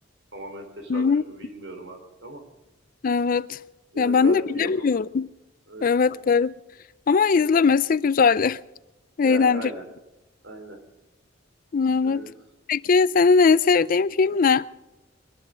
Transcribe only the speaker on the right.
tamamen tesadüf
mü bilmiyorum artık ama
yani
garip
bir yapım. Evet,
yani aynen aynen.
E,